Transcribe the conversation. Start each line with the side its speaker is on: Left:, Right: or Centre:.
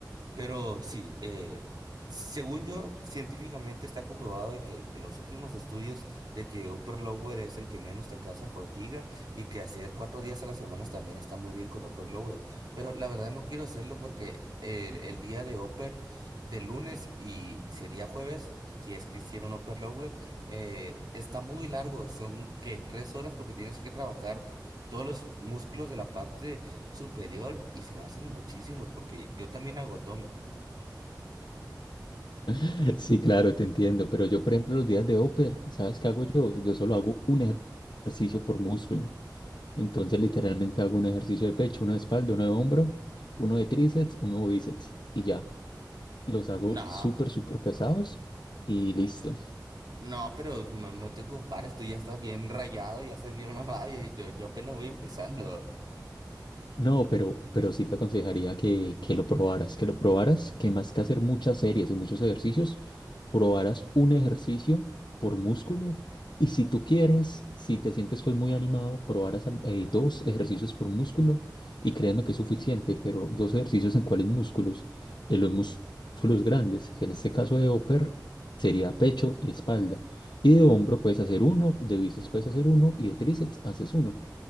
Right: Pero sí, eh, según yo, científicamente está comprobado de que en los últimos estudios de que upper lower es el que menos te causa fatiga y que hacer cuatro días a la semana también está muy bien con upper lower. Pero la verdad no quiero hacerlo porque el, el día de upper de lunes y sería jueves, si es que hicieron upper lower, eh, está muy largo, son que tres horas porque tienes que trabajar todos los músculos de la parte superior y se me hacen muchísimos porque yo también hago abdomen.
Left: <laughs> Sí, claro, te entiendo, pero yo, por ejemplo, los días de upper, ¿sabes qué hago yo? Yo solo hago un ejer- ejercicio por músculo. Entonces, literalmente hago un ejercicio de pecho, uno de espalda, uno de hombro, uno de tríceps, uno de bíceps y ya. Los hago
Right: No,
Left: súper, súper pesados y listo.
Right: no, pero no, no te compares, tú ya estás bien rayado, ya estás bien <laughs> mamado, yo, yo, yo apenas voy empezando.
Left: No, pero, pero sí te aconsejaría que, que lo probaras, que lo probaras, que más que hacer muchas series y muchos ejercicios, probaras un ejercicio por músculo y si tú quieres, si te sientes pues muy animado, probaras eh, dos ejercicios por músculo y créeme que es suficiente, pero dos ejercicios en cuáles músculos, en los mús- músculos grandes, que en este caso de upper sería pecho y espalda, y de hombro puedes hacer uno, de bíceps puedes hacer uno y de tríceps haces uno.